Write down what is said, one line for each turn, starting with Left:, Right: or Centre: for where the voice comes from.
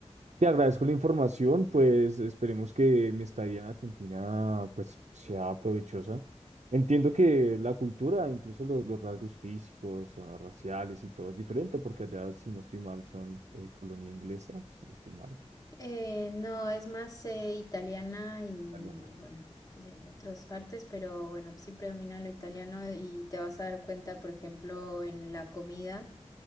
Right: Te agradezco la información, pues esperemos que mi estadía en Argentina pues sea provechosa. Entiendo que la cultura, incluso los, los rasgos físicos, ah, raciales y todo es diferente, porque allá, si no estoy mal, son eh, colonia inglesa, si no estoy mal,
Left: Eh, no, es más eh, italiana y
Right: italiana.
Left: bueno, de otras partes, pero bueno, sí predomina lo italiano y te vas a dar cuenta, por ejemplo, en la comida,